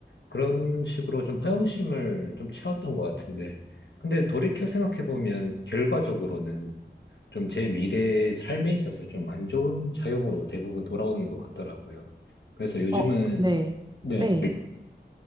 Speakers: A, on the left (about 80°); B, on the right (about 25°).
A: 그런 식으로 좀 허영심을 좀 채웠던 것 같은데. 근데 돌이켜 생각해보면 결과적으로는 좀 제 미래 삶에 있어서 좀 안 좋은 작용으로 대부분 돌아오는 것 같더라고요. 그래서 요즘은
B: 어, 네.
A: 네,
B: 네.